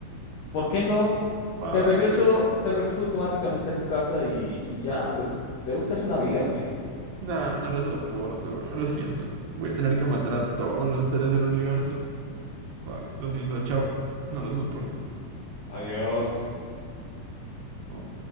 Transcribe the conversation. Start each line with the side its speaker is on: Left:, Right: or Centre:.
Left: ¿Por qué no?
Right: Oh, fuck.
Left: Te regreso, te regreso automáticamente a tu casa y, y ya, pues, te buscas una vida, güey.
Right: Nah, no lo soporto, bro. Lo siento. Voy a tener que matar a todos los seres del universo. Fuck, lo siento, chao. No lo soporto.
Left: Adiós.
Right: No.